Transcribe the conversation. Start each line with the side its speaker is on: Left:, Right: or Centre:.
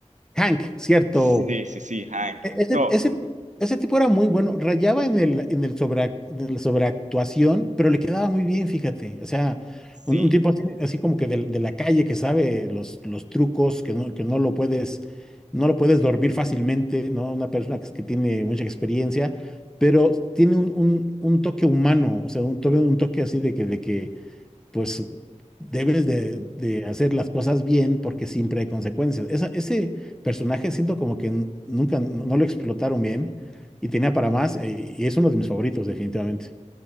Centre: Hank, cierto.
Right: Sí, sí, sí, Hank.
Centre: Ese,
Right: No,
Centre: ese, ese tipo era muy bueno, rayaba en el, en el sobre en la sobreactuación, pero le quedaba muy bien, fíjate. O sea,
Right: sí.
Centre: un, un tipo así, así como que de, de la calle que sabe los, los trucos, que no, que no lo puedes, no lo puedes dormir fácilmente, ¿no? Una persona que, que tiene mucha experiencia, pero tiene un, un- un toque humano, o sea, un, to- un toque así de que, de que pues debes de, de hacer las cosas bien porque siempre hay consecuencias. Esa- ese personaje siento como que n- nunca no, no lo explotaron bien y tenía para más eh, y es uno de mis favoritos definitivamente.